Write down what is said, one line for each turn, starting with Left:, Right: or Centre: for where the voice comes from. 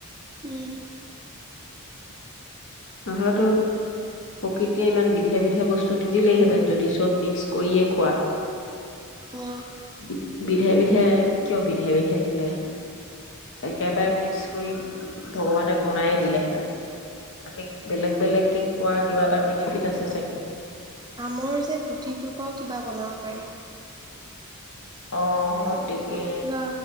Right: উম
Left: নহলেতো প্ৰকৃতিয়ে ইমান বিধে বিধে বস্তু নিদিলেইহেঁতেন যদি চব মিক্স কৰিয়ে খোৱাধ
Right: অ
Left: বিধে বিধে কিয় বিধে বিধে দিলেহেঁতেন একেবাৰে মিক্স কৰি ভগৱানে বনাইে দিলেহেঁতেন, আমি বেলেগ বেলেগকে খোৱাৰ কিবা এটা বেনিফিট আছে চাগে।
Right: মোৰ যে কুটিটোৰ পৰাও কিবা বনাব পাৰি।
Left: অ' মোৰ দি এ
Right: কিবা